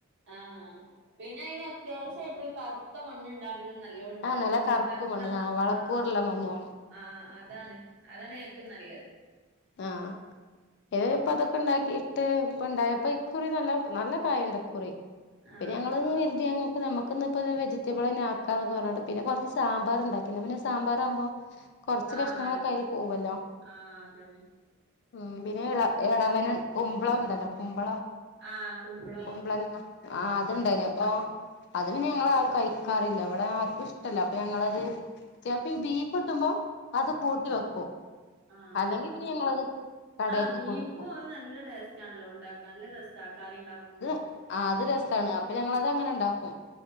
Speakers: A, on the right; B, on the left.
A: ആഹ് പിന്നെ ഐന് അത്യാവെശ്യായിട്ട്ള്ളത് കറ്ത്തമണ്ണ് ഇണ്ടാവുമ്പളും ന ല്ലവും ഇണ്ടാവാ
B: ആ നല്ല കറുപ്പ്
A: കർത്തം
B: മണ്ണ് ആ വളക്കൂറുള്ള
A: ആഹ്
B: മണ്ണ് വേണം
A: ആഹ് അതാണ് അതാണ് ഏറ്റവും നല്ലത്
B: ആഹ് ഏഹ് ഇപ്പതൊക്കെ ഇണ്ടാക്കിയിട്ട് ഇപ്പ ഇണ്ടായപ്പൊ ഇക്കുറി നല്ല നല്ലകായണ്ട് ഇക്കുറി
A: ആഹ്
B: പിന്നെ ഞങ്ങളും
A: ആഹ്
B: കെര്തി ഞങ്ങക്ക് നമ്മ ക്ക് ഇന്ന് ഇപ്പന്ന് വെജിറ്റബിളെന്നെ ആക്കാനാെക്കെ പർണ് ട്ട് പിന്നെ കൊറച്ച് സാമ്പാറ് ഇണ്ടാ ക്കി ഇന്നാ പിന്നെ സാമ്പാറാവുമ്പൊ കൊറച്ച്
A: ആഹ്
B: കഷ്ണങ്ങളൊക്കെ
A: ആയിക്കൽ
B: ഐല് പോവല്ലോ
A: ആഹ് അതെന്നെ
B: ഉം പിന്നെ എള എളവന് കുമ്പളം ഇണ്ടല്ലോ കുമ്പളം
A: ആഹ് കുമ്പളോ
B: കുമ്പളങ്ങ ആഹ് അത് ഇണ്ടായിനി അപ്പോ അത് പിന്നെ ഞങ്ങളാരും കഴിക്കാറില്ല ഇവെടാര്ക്കും ഇഷ്ടല്ല അപ്പ ഞങ്ങളത് ചെൽപ്പാെ ഇബീഫ് കിട്ടുമ്പാെ അത്കൂട്ടി
A: ആഹ്
B: വെക്കും
A: ആഹ്
B: അല്ലെങ്കി
A: ആഹ്
B: പിന്നെ ഞങ്ങളത് കടേക്ക്
A: ആഹ് ബീഫുംഅതും
B: കൊടുക്കും
A: നല്ല ടേസ്റ്റാൺലോ ഇണ്ടാക്കാൻ നല്ലരസാ കറി ഇണ്ടാക്കുമ്പൊ
B: ആഹ് അത് രസാണ് അപ്പൊ ഞങ്ങളതങ്ങനെ ഇണ്ടാക്കും